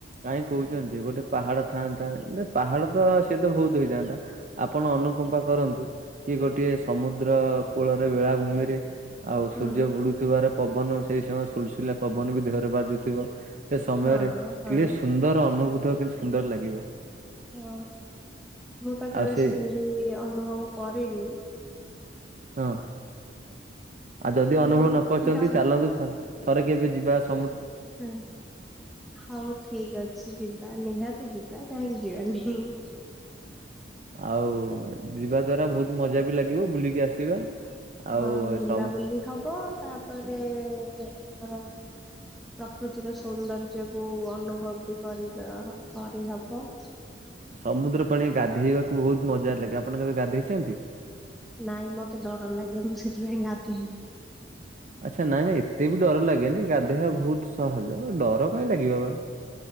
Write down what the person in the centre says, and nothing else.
ହୁଁ।
ହଁ ହଁ
ହଁ ମୁଁ ତ
କେବେ
ସେମିତି ଅନୁଭବ କରିନି
ହୁଁ
ଯ
ହୁଁ ହଉ ଠିକ ଅଛି ଯିବା ନିହାତି ଯିବା ନାଇଁ? <unintelligible>
ହଁ ବୁଲାବୁଲି
ହବ ତାପରେ ଆମର ପ୍ରକୃତିର ସୌନ୍ଦର୍ଯ୍ୟକୁୁ ଅନୁଭବ ବି କରିବା କରିହବ।
ନାଇଁ ମତେ ଡର ଲାଗେ ମୁଁ ସେଥିପାଇଁ ଗାଧେଇନି